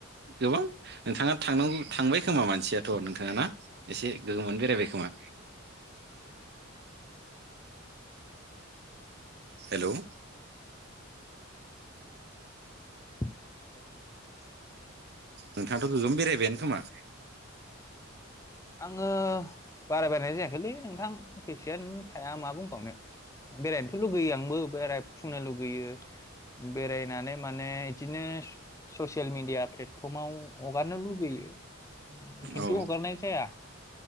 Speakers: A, on the right; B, on the left.
A: गोबां नोंथाङा थांनांगौ थांबाय खोमा मानसियाथ' नोंथाङाना एसे गोगोमानो बेरायबाय खोमा हेलौ
B: हेलौ नोंथा
A: नोंथां गोगोम बेरायबायानो खोमा।
B: आङो बारा बेरायनाय जायाखैलै नोंथां फैसायानो थाया मा बुंबावनो बेरायनोथ' लुगैयो आंबो बेराय फुंनो लुगैयो बेरायनानै माने इदिनो ससियेल मिडिया प्लेटफर्माव हगारनो लुगैयो। खिन्थु
A: औ
B: हगारनाय जाया